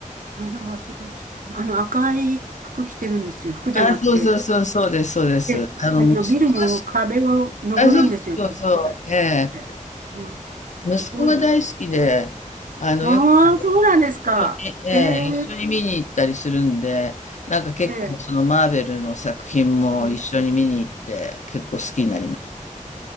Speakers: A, on the right; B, on the left.
A: 内容忘れちゃったな。あの赤い服着てるんですよ。服じゃなくて、
B: あ、そうそうそう、そうです、そうです。
A: で、
B: あの、
A: あの、
B: 息子が
A: ビルの壁を登るんですよね。
B: あ、そうそうそう、
A: ペタっ
B: ええ。
A: て。うん。
B: 息子が大好きで、
A: すごいです。
B: あの、
A: ああ、
B: よく
A: そうなんですか。
B: 一緒に、ええ、
A: へえ、
B: 一緒に見に行ったりするんで、なんか結構そのマーベルの作品も一緒に見に行って、
A: ええ、ええ、へえ
B: 結構好きになります。